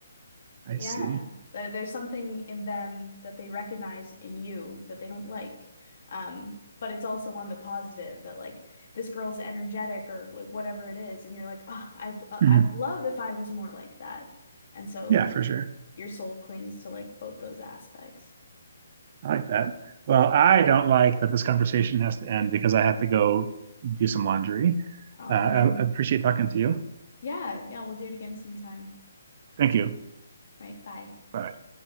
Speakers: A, on the right (about 40°); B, on the left (about 55°).
A: I
B: yeah.
A: see.
B: There- There's something in them that they recognize in you that they don't like. Um, but it's also on the positive that like this girl's energetic or like whatever it is, and you're like, oh, I uh,
A: Mhm.
B: I would love
A: <clears throat>
B: if I was more like that. And so
A: Yeah, for sure.
B: your soul clings to like both those aspects.
A: I like that. Well, I don't like that this conversation has to end because I have to go do some laundry.
B: Oh
A: Uh, I
B: man.
A: I appreciate talking to you.
B: Yeah, yeah, we'll do it again sometime.
A: Thank you.
B: Right, bye.
A: Bye.